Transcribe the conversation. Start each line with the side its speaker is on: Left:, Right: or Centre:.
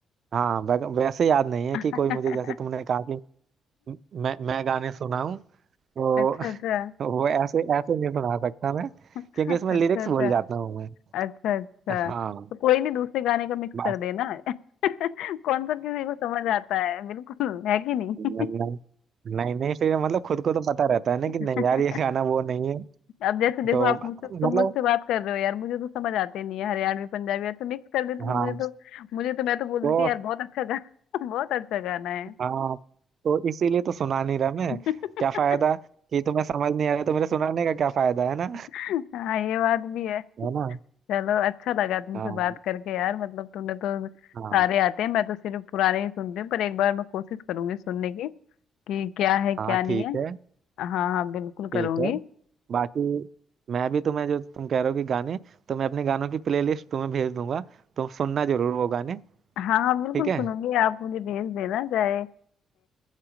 Right: हाँ वै- वैसे याद नहीं है कि
Left: <laughs>
Right: कोई मुझे जैसे तुमने कहा कि म- मैं मैं गाने सुनाऊं तो
Left: अच्छा
Right: <laughs>
Left: अच्छा
Right: वो ऐसे ऐसे नहीं सुना सकता मैं
Left: अच्छा
Right: क्योंकि इसमें लिरिक्स
Left: अच्छा
Right: भूल जाता हूँ मैं
Left: अच्छा अच्छा
Right: हाँ
Left: तो कोई नहीं दूसरे गाने का मिक्स
Right: बस
Left: कर देना <laughs> कौन सा किसी को समझ आता है बिल्कुल है कि नहीं
Right: <laughs> नहीं नहीं फिर मतलब खुद को तो पता रहता है ना कि
Left: <laughs>
Right: नहीं यार ये गाना वो नहीं है
Left: अब जैसे देखो
Right: तो
Left: आप मुझसे तुम
Right: मतलब
Left: मुझसे बात कर रहे हो यार मुझे तो समझ आते नहीं है हरियाणवी पंजाबी यार तो मिक्स कर देते तो
Right: हाँ
Left: मुझे तो मुझे तो मैं तो बोल
Right: तो
Left: देती यार बहुत अच्छा गाना <laughs> बहुत अच्छा गाना है
Right: हाँ तो इसीलिए तो सुना नहीं रहा मैं
Left: <laughs>
Right: क्या फायदा कि तुम्हें समझ नहीं आ रहा तो मेरे सुनाने का क्या फायदा है ना
Left: हाँ ये बात भी है
Right: है ना
Left: चलो अच्छा लगा तुमसे
Right: हाँ
Left: बात करके यार मतलब तुमने तो
Right: हाँ
Left: सारे आते हैं मैं तो सिर्फ पुराने ही सुनती हूँ पर एक बार मैं कोशिश करूंगी सुनने की कि क्या है
Right: हाँ
Left: क्या नहीं
Right: ठीक
Left: है
Right: है
Left: हाँ हाँ बिल्कुल
Right: ठीक
Left: करूंगी
Right: है बाकी मैं भी तुम्हें जो तुम कह रहे हो कि गाने तो मैं अपने गानों की प्लेलिस्ट तुम्हें भेज दूंगा तुम सुनना जरूर वो गाने
Left: हाँ हाँ बिल्कुल
Right: ठीक है
Left: सुनूंगी आप मुझे भेज देना चाहे